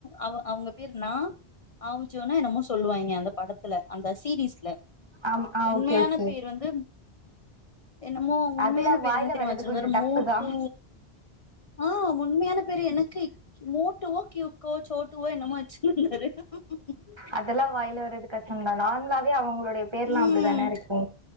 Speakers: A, on the left; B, on the right.
A: அவ அவுங்க பேர் நா ஆவுச்சோனா என்னமோ சொல்லுவாய்ங்க அந்த படத்துல அந்த சீரீஸ்ல
B: அம் ஆ
A: உண்மையான
B: ஓகே ஓகே
A: பேர் வந்து என்னமோ உண்மையான
B: அதெல்லா
A: பேரு
B: வாயில
A: என்ன தெரிமா
B: வர்றது
A: வச்சிருந்தாரு
B: கொஞ்சோ டஃப்
A: மோட்டூ
B: தா
A: ஆ உண்மையான பேரு எனக்க மோட்டுவோ கியூக்கோ சோட்டுவோ என்னமோ வச்சுருந்தாரு உஉஉ
B: அதல்லா வாய்ல வரது கஷ்டம் தா நார்மலாவே அவுங்களோ ட பேர்லா
A: ம்
B: அப்டிதான இருக்கு